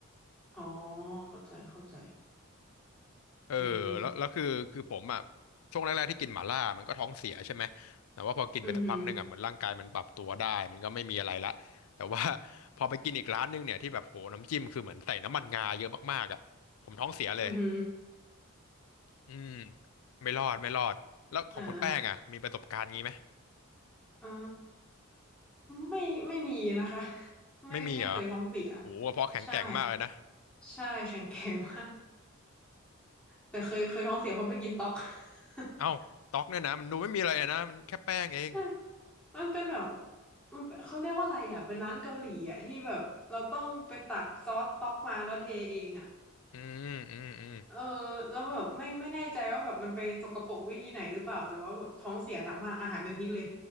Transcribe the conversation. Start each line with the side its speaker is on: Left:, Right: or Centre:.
Centre: อ๋อเข้าใจเข้าใจ
Left: เออแล้วแล้วคือคือผมอ่ะ
Centre: อืม
Left: ช่วงแรกๆที่กินหม่าล่ามันก็ท้องเสียใช่ไหมแต่ว่าพอกินไปสักพักหนึ่งอ่ะเหมือนร่างกายมันปรับตัวได้มันก็ไม่มีอะไรละแต่ว่า
Centre: อืมอหืม
Left: <laughs> พอไปกินอีกร้านหนึงเนี่ยที่แบบโหน้ำจิ้มคือเหมือนใส่น้ำมันงาเยอะมากๆอ่ะผมท้องเสียเลย
Centre: ออือหือ
Left: อืมไม่รอดไม่รอดแล้วของคุณแป้งอ่ะมีประสบการณ์งี้ไหม
Centre: อ่าเออไม่ไม่มีนะคะไม่ไม่เคยท้องเสีย
Left: ไม่มีเหรอโหกระเพราะแข็งแกร่งมากเลยนะ
Centre: ใช่ใช่แข็งแข็งมาก แต่เคยเคยท้องเสียเพราะไปกินต๊อก <laughs>
Left: เอ้าต๊อกเนี่ยนะมันดูไม่มีอะไรอะนะมันแค่แป้งเอง
Centre: ใช่มันเป็นแบบมันเป็นเขาเรียกว่าอะไรอ่ะเป็นร้านเกาหลีอ่ะที่แบบเราต้องไปตักซอสต๊อกมาแล้วเทเองอ่ะ
Left: อืมอืมอืม
Centre: เออแล้วแบบไม่ไม่แน่ใจว่าแบบมันไปสกปรกวิธีไหนหรือเปล่าแต่ว่าแบบท้องเสียหนักมากอาหารเป็นพิษเลย